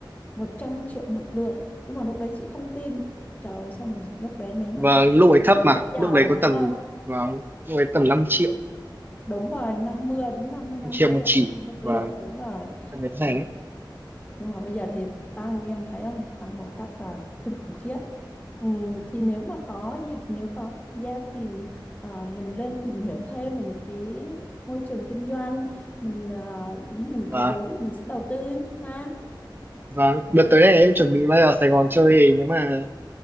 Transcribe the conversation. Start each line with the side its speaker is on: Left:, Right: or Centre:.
Left: 100 triệu một lượng nhưng mà lúc đấy chị không tin trời ơi xong rồi lúc đấy nếu mà
Right: và
Left: thật
Right: lúc
Left: mới
Right: ấy
Left: biết
Right: thấp
Left: thì
Right: mà
Left: đã giàu
Right: lúc đấy
Left: rồi
Right: có
Left: đúng
Right: tầm
Left: không
Right: và lúc ấy tầm năm triệu
Left: đúng rồi 50 đến 55
Right: 5 triệu
Left: triệu
Right: một chỉ
Left: một lượng
Right: và
Left: đúng rồi
Right: tầm đến rẻ
Left: à,
Right: ấy.
Left: nhưng mà bây giờ thì tăng em thấy không tăng một cách là kinh khủng khiếp ừ, thì nếu mà có dịp nếu có thời gian thì ờ, mình lên tìm hiểu thêm về những cái môi trường kinh doanh mình ờ, mình có
Right: và
Left: vốn thì mình sẽ đầu tư ha
Right: và đợt tới này em chuẩn bị bay vào Sài Gòn chơi thì nếu mà